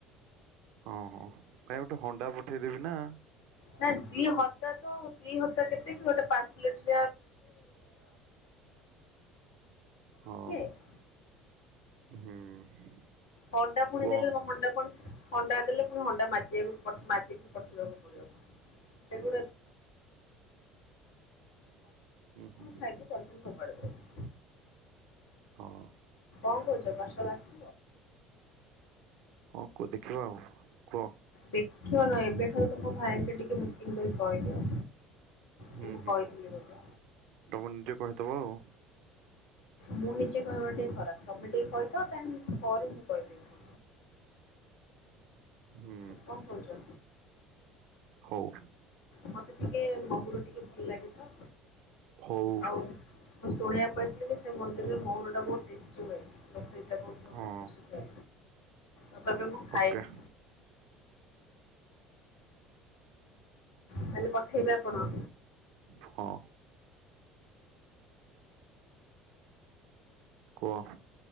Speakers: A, on the right; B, on the left.
A: ଓଁ ହଁ କାଇହିଁ ଗୋଟେ ହଣ୍ଡା ପଠେଇଦେବି ନା।
B: ନା ଦି ହତା ତ ଦି ହତା କେତେ କି ଗୋଟେ ପାଞ୍ଚ ଲିଟ
A: ହଁ
B: <unintelligible>
A: <unintelligible>
B: ହଣ୍ଟା ପୁଣି
A: କୁହ
B: ଦେଲେ ମ ଘଣ୍ଣ୍ଡା ପୁଣି ହଣ୍ଡା ଦେଲେ ପୁଣି ହଣ୍ଡା ମାଜିବାକୁ ମାଜିକିରି ପଠେଇବାକୁ ପଡିବ। <unintelligible> ଆମେ
A: ହୁଁ ହୁଁ
B: ଖାଇକି ପୋଲ୍ଥିନ ଫୋଫାଡ଼ି ଦେବୁ
A: ହଁ।
B: <unintelligible>
A: ହଁ କୁହ ଦେଖିବା ଆଉ କୁହ?
B: ଦେଖିବା ନୁହ ଏବେଠାରୁ ତ ମୋ ଭାଇଙ୍କେ ଟିକେ ବୁକିଂ କରି କହିଦିଅ। କି
A: ହୁଁ
B: ମୁଁ
A: ହୁଁ
B: କହିଥିଲି ବୋଲି
A: ତମେ ନିଜେ କହିଥବ ଆଉ।
B: ମୁଁ ନିଜେ କହିବା ଟିକେ ଖରାପ ତମେ ଟିକେ କହି <unintelligible> ପରେ ମୁଁ କହିଦେଇବ
A: ହୁଁ
B: କଣ କରହୁ?
A: ହଉ
B: ମତେ ଟିକେ ମହୁୁର ଟିକେ ଭଲ ଲାଗେ ତ
A: ହଉ
B: ଆଉ ମୁଁ ଶୁଣିବା ପାଇଥିଲି କି ସେ ମନ୍ଦିରରେ ମହୁର ଟା ବହୁତ ଟେଷ୍ଟି ହୁଏ ତ ସେଇ ସେ ବହୁତ ସମୟ
A: ହଁ
B: ଆଉ କେବେ ମୁଁ ଖାଏନି
A: ଓକେ
B: ତାହେଲେ ପଠେଇବେ ଆପଣ?
A: ହଁ। କୁହ